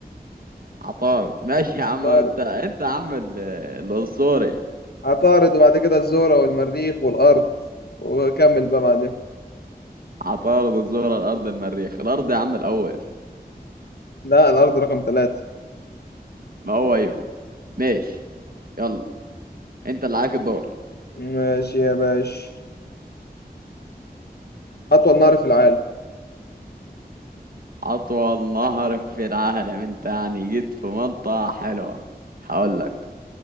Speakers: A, on the right; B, on the left.
A: عطارد ماشي يا عم
B: عطارد
A: انت انت يا عم ال- الاسطوري
B: عطارد وبعد كده الزهره والمريخ والارض وكمل بقى بعدين
A: عطارد الزهرة الأرض المريخ الأرض يا عم الأول
B: لا الارض رقم ثلاثة
A: ما هو أيوه ماشي يلا أنت اللي عليك الدور
B: ماشي يا باشا اطول نهر في العالم
A: أطول نهر في العالم أنت يعني جيت في منطقة حلوة هقول لك